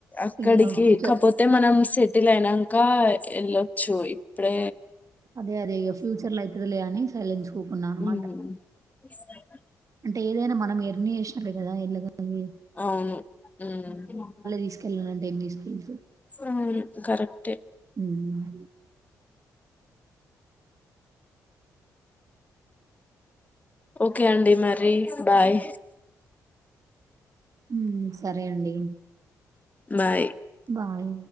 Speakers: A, on the left (about 20°); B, on the right (about 45°).
A: అక్ అక్కడికి
B: ఇగ ఫ్యూచర్
A: కాపోతే మనం సెట్ టిల్ అయినంక ఎ ఎళ్ళొచ్చు ఇప్ డే
B: అదే అదే ఇక ఫ్యూచర్ లో అయితది లే అని సైలెన్స్ కూకున్నా అన్
A: ఉమ్
B: మాట
A: <unintelligible>
B: అంటే ఏదైనా మనం ఎర్న్ చేశ్ నపుడే కదా ఎళ్ళ గలిగేది
A: అవును హ్మ్
B: తీసుకెళ్ళనంటే ఏం తీసుకెళ్తారు.
A: ఉమ్ కరెక్ట్
B: హ్మ్.
A: ఓకే అండి మరి బాయ్
B: ఉమ్ సరే అండి
A: బాయ్
B: బాయ్